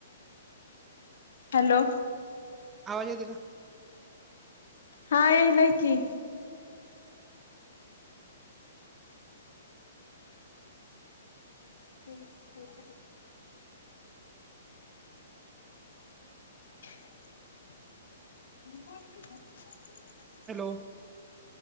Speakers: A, on the left; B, on the right.
A: हॅलो.
B: आवाज येत का?
A: हा येल हे की. ते <unintelligible> म <unintelligible>
B: Hello.